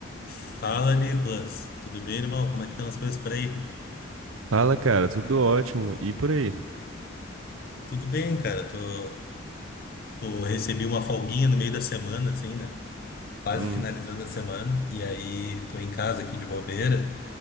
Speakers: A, on the left; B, on the right.
A: Fala, Nicolas. Tudo bem, irmão? Como é que estão as coisas por aí?
B: Fala, cara, tudo ótimo. E por aí?
A: Tudo bem, cara. Tô, tô recebi uma folguinha no meio da semana, assim, né? Quase
B: Hum,
A: finalizando a semana. E aí tô em casa aqui de bobeira.